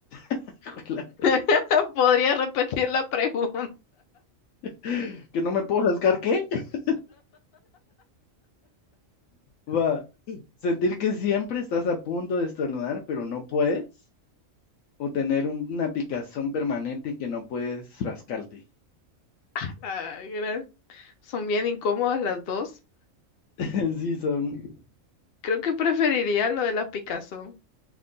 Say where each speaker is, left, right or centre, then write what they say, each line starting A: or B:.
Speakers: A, on the left (about 80°); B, on the left (about 60°).
A: <laughs>
B: <laughs> ¿Podría repetir la pregunta?
A: <laughs> Que no me puedo rascar, ¿qué? <laughs> Va. Sentir que siempre estás a punto de estornudar, pero no puedes. O tener un- una picazón permanente y que no puedes rascarte.
B: <laughs> Ay, gra- Son bien incómodas las dos.
A: <laughs> Sí, son.
B: Creo que preferiría lo de la picazón.